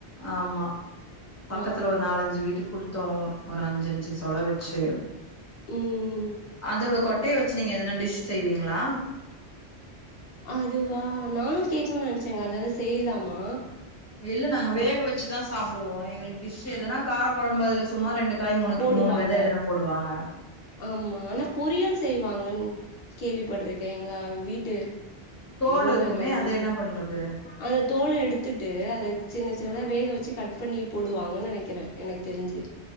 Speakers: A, on the left; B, on the left.
A: ஆமா பக்கத்துல
B: ஆ
A: ஒரு நாலஞ்சு வீட்டுக் கொடுத்த ஒர் ஒரு அஞ்சஞ்சு சொல வச்சு
B: ம்
A: அதோட கொட்டைய வச்சு நீங்க எதனா டிஷ் செய்வீங்ளா
B: அதுவா நானு கேட்கணூன் நெனச்சேங்க அதது செய்லாமா
A: இல்ல நாங்க வேக வச்சுதா சாப் ப்டுவோ எங்களுக்கு டிஷ் எதனா கார கொழம்பு அதுல சும்மா ரெண்டு காய் மூணு
B: போடுவாங்க
A: மூணு வெத எதனா போடுவாங்க
B: ஆமா ஆனா பொறியல் செய்வாங்கன் கேள்விப்பட்ருக்கே எங்க வீட்டு
A: தோல்
B: ஓனர்
A: இருக்குமே
B: வந்து
A: அத என்ன பண்றது
B: அந்த தோல எடுத்துட்டு அத சின்ன சின்னதா வேக வச்சு கட் பண்ணி போடுவாங்கன் நெனக்கிற எனக் தெரிஞ்சி